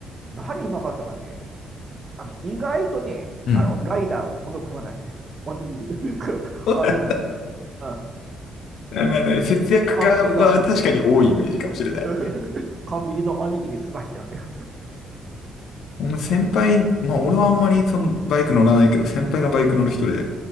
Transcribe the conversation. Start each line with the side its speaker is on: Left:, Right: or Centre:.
Right: 何うまかったかね。あの、意外とね、
Left: うん。
Right: あの、ライダーはね物食わないんだよ。おにぎりとか、
Left: <laughs>
Right: <laughs> おにぎりとか。うん。
Left: まあまあ、ね、節約家は確かに多いイメージかもしれない。
Right: コンビニのおにぎり。<laughs> コンビニのおにぎり済ましちゃうのよ。
Left: もう先輩、まあ俺はあんまりそのバイク乗らないけど、先輩がバイク乗る人で、